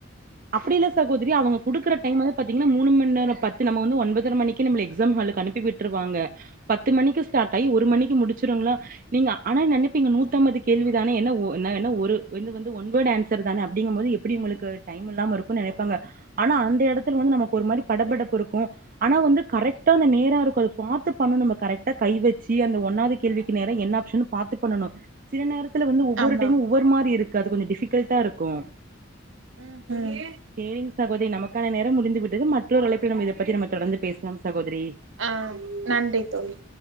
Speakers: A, on the right; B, on the right.
A: அப்டி இல்ல சகோதிரி அவுங்க குடுக்குற டைம் வந்து பாத்தீங்ன்னா மூனு மண் நேரோ பத் நம்ம வந்து ஒன்பதர மணிக்கு நம்ள எக்ஸாம் ஹாலுக்கு அனுப்பி விட் ருவாங்க பத்து மணிக்கு ஸ்டார்ட் ஆயி ஒரு மணிக்கு முடிஞ்சிருங்ளா நீங்க ஆனா நெனப்பீங்க நூத்தம்பது கேள்விதான என்ன ஒ என்ன என்ன ஒரு வந்து வந்து ஒன் வேர்டு ஆன்ஸ் ஸர் தானே அப்டிங்குபோது எப்டி ஒங்ளுக்கு டைம் இல்லாம இருக்குனு நெனைப்பாங்க ஆனா அந்தஎடத்துல வந்து நமக்கு ஒரு மாரி படப்படப்பு இருக்கோ ஆனா வந்து கரட்டா அந்த நேரா இருப்பது பாத்து பன்னனோ நம்ம கரட்டா கை வெச்சி அந்த ஒன்னாது கேள்விக்கு நேரா என்ன ஆப்ஷன் பாத்து பண்ணணு சில நேரத்துல வந்து ஒவ்வோரு
B: ஆமா
A: டைமு ஒவ்வோரு மாரி இருக்கு அது கொஞ்ச டிஃபிகல்ட்டா இருக்கோ
B: ம்
A: கேலுங்க சகோதரி நமக்கான நேரம் முடிந்து விட்டது மற்றொரு அழைப்பில் நம இத பத்தி நம்ம தொடர்ந்து பேச லாம் சகோதிரி
B: ஆ நன்றி தோழி